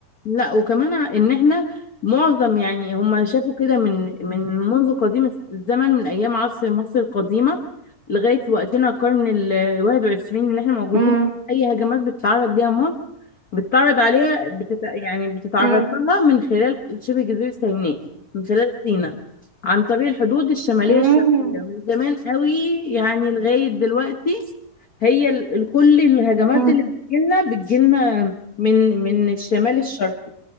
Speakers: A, on the left; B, on the right.
A: لا وكمان ع- ان احنا معظم يعني هم شافوا كده من من منذ قديم الس- الزمن من ايام عصر مصر القديمه لغايه وقتنا القرن ال 21 ان احنا موجودين
B: امم
A: اي هجمات بتتعرض ليها مصر بتتعرض عليها بتت... يعني بتتعرض
B: امم
A: لها من خلال شبه جزيره سيناء من خلال سيناء عن طريق الحدود الشماليه
B: امم
A: الشرقيه من زمان قوي يعني لغايه دلوقتي هي ال- ال- كل الهجمات
B: امم
A: اللي بتجيلنا بتجيلنا من من الشمال الشرقي